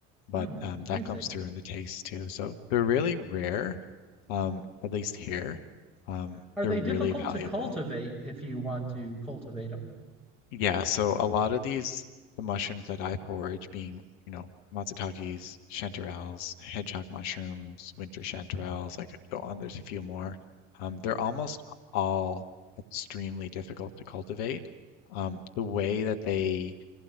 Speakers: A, on the left (about 60°); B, in the centre.
A: But
B: Hmm,
A: um, that
B: I see.
A: comes through in the taste too. So they're really rare, um, at least here. Um,
B: Are
A: they're
B: they
A: really
B: difficult
A: valuable.
B: to cultivate if you want to cultivate them?
A: Yeah, so a lot of these, the mushrooms that I forage being, you know, matsutakis, chanterelles, hedgehog mushrooms, winter chanterelles, I could go on, there's a few more. Um, they're almost all extremely difficult to cultivate. Um, the way that they